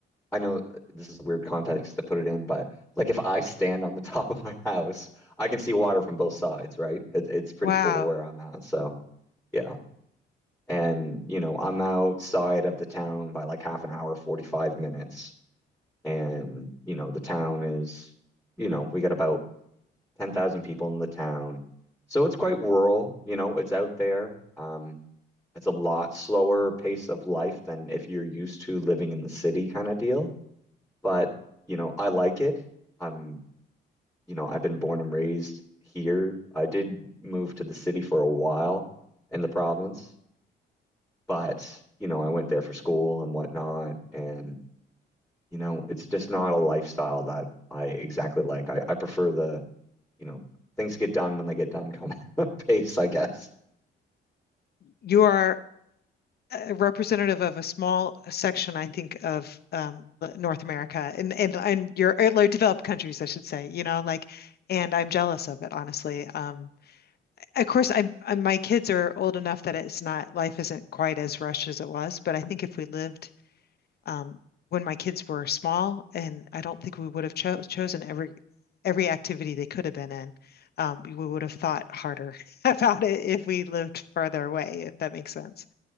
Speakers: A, in the centre; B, on the left (about 55°).
A: I know this is weird context to put it in, but like if I stand on the <laughs> top of my house, I can see water from both sides, right? It, it's pretty
B: wow,
A: cool where I'm at. So yeah. And, you know, I'm outside of the town by like half an hour, 45 minutes. And, you know, the town is, you know, we got about 10,000 people in the town. So it's quite rural, you know, it's out there. Um, it's a lot slower pace of life than if you're used to living in the city kind of deal. But, you know, I like it. I'm, you know, I've been born and raised here. I did move to the city for a while in the province. But, you know, I went there for school and whatnot. And, you know, it's just not a lifestyle that I exactly like. I, I prefer the, you know, things get done when they get done kind of <laughs> pace, I guess.
B: you are a representative of a small section, I think, of um, North America and and and your or, like, developed countries, I should say. You know, like, and I'm jealous of it, honestly. Um, of course, i i my kids are old enough that it's not life isn't quite as rushed as it was. But I think if we lived um, when my kids were small, and I don't think we would have cho chosen every every activity they could have been in. Um, we would have thought harder <laughs> about it if we lived farther away, if that makes sense.